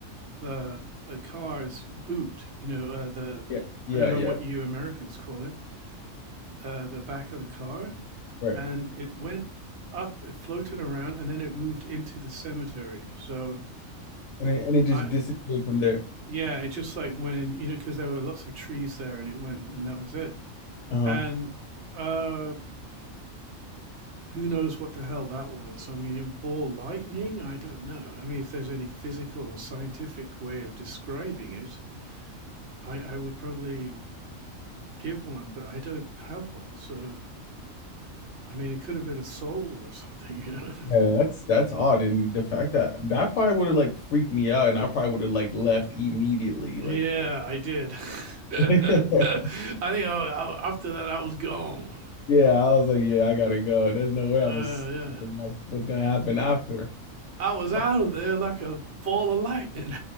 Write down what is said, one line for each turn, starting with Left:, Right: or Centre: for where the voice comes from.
Right: the the car's boot. You know, uh, the
Left: Yeah, yeah,
Right: I don't know
Left: yeah.
Right: what you Americans call it, uh, the back of the car,
Left: Right.
Right: and it went up, it floated around, and then it moved into the cemetery. So
Left: And it, and it just
Right: I,
Left: disappeared from there.
Right: yeah, it just like went in, you know, because there were lots of trees there, and it went, and that was it.
Left: Uh-huh.
Right: And uh, who knows what the hell that was? I mean, it bore lightning. I don't know. I mean, if there's any physical or scientific way of describing it, I, I would probably give one, but I don't have one. So, I mean, it could have been a soul or something. You know?
Left: Yeah,
Right: <laughs>
Left: that's that's odd, and the fact that that probably would have like freaked me out, and I probably would have like left immediately.
Right: Yeah,
Left: Like,
Right: I did. <laughs> I
Left: <laughs>
Right: think I, I, after that, I was gone.
Left: yeah, I was like, yeah, I gotta go. There's no way I'm
Right: Uh,
Left: gonna see
Right: yeah,
Left: what- what's gonna happen after.
Right: I was
Left: Wha-
Right: out of there like a ball of lightning.